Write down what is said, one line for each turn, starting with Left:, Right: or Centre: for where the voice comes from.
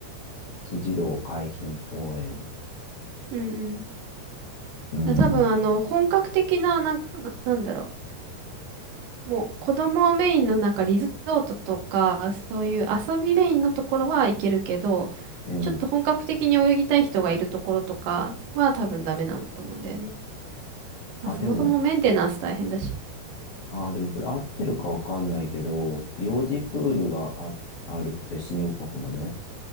Left: 辻堂海浜公園。
Right: うん、うん。
Left: うん、
Right: だ多分、あの、本格的な、なん、な、なんだろう。もう、子供メインのなんかリゾートとか、そういう遊びメインのところは行けるけど、
Left: うん。
Right: ちょっと本格的に泳ぎたい人がいるところとかは多分ダメなんだと思うんだよね。まあ、
Left: あ、
Right: そもそもメンテナンス大変だし。
Left: でも、あー、でもこれ合ってるかわかんないけど、幼児プールがあ、あるって新横浜ね。